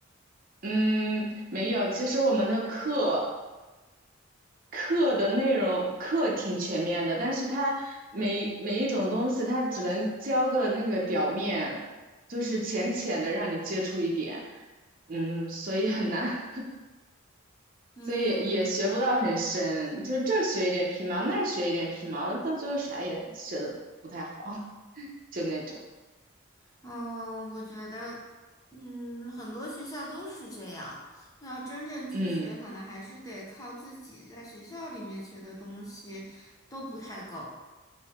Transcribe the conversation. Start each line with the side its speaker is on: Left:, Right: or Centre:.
Right: 嗯，没有。其实我们的课课的内容课挺全面的，但是它每每一种东西，它只能教个那个表面，就是浅浅的让你接触一点，嗯，所以很难，<laughs>
Left: 嗯。
Right: 所以也学不到很深，就是这儿学一点皮毛，那儿学一点皮毛，到最后啥也学的不太好，<laughs> 就那种，
Left: 嗯，我觉得，嗯，很多学校都是这样。要真正去学，
Right: 嗯，
Left: 可能还是得靠自己在学校里面学的东西都不太够。